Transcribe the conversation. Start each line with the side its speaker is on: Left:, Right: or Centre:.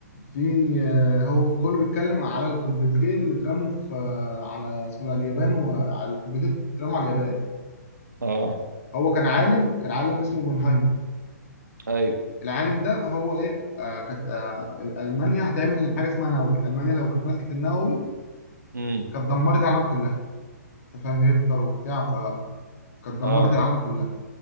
Left: في آه، هو كله بيتكلم على القنبلتين اللي اترموا في آه، على اسمه ده اليابان وعلى القنبلتين اللي اترموا على اليابان
Right: اه
Left: هو كان عالم كان عالم اسمه اوبنهايمر
Right: ايوه
Left: العالم ده هو ايه آه كانت آه المانيا هتعمل حاجه اسمها نووي المانيا لو كانت مسكت النووي
Right: امم
Left: كانت دمرت العالم كلها انت فاهم هتلر وبتاع فكانت دمرت
Right: اه
Left: العالم كلها